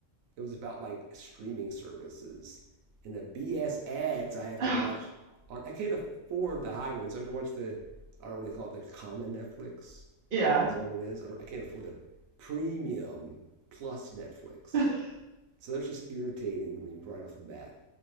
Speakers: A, on the right; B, on the right.
A: It was about like streaming services and the BS ads I have
B: <sighs>
A: to watch on I can't afford the high ones. So I have to watch the I don't know what they call it, the common Netflix.
B: Yeah.
A: Is that what it is? I, don't, I can't afford the premium plus Netflix.
B: <laughs>
A: So that's just irritating right off the bat.